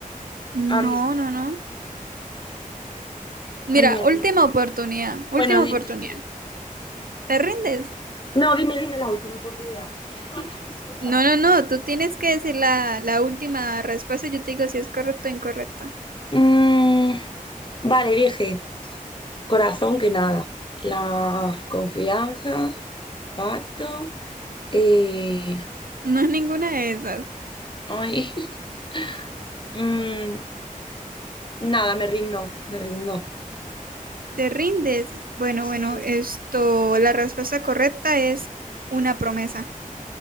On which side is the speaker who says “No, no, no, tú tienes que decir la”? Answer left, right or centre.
Right